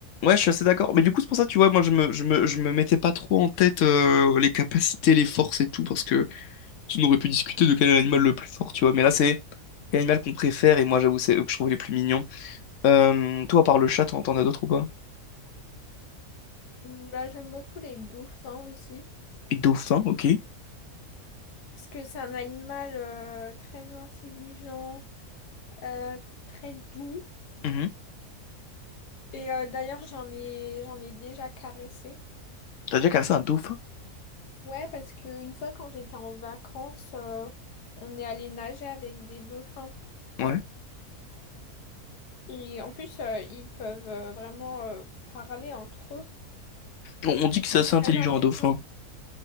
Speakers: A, on the left; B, on the left.
A: Ouais, je suis assez d'accord. Mais du coup, c'est pour ça, tu vois, moi, je me, je me, je me mettais pas trop en tête euh, les capacités, les forces et tout, parce que sinon, on aurait pu discuter de quel est l'animal le plus fort, tu vois. Mais là, c'est l'animal qu'on préfère, et moi, j'avoue, c'est eux que je trouve les plus mignons. Euh, toi, à part le chat, t'en t'en as d'autres ou pas?
B: Mm, Bah, j'aime beaucoup les dauphins aussi,
A: Et dauphin, ok.
B: parce que c'est un animal euh, très intelligent, euh, très doux.
A: Mhm.
B: Et euh, d'ailleurs, j'en ai, j'en ai déjà caressé.
A: T'as déjà cassé un dauphin?
B: Ouais, parce qu'une fois quand j'étais en vacances, euh, on est allé nager avec des dauphins.
A: Ouais.
B: Et en plus, euh, ils peuvent euh, vraiment euh, parler entre eux.
A: On, on dit
B: Ils
A: que
B: sont
A: c'est assez
B: très
A: intelligent,
B: intelligents.
A: un dauphin.